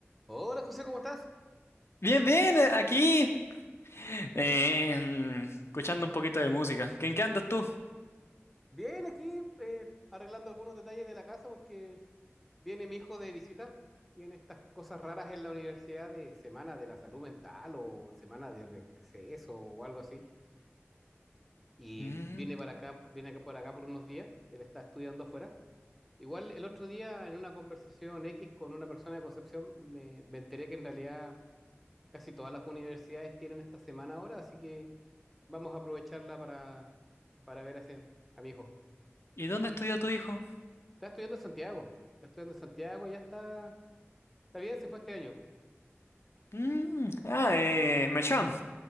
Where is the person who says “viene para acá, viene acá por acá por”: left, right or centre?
Centre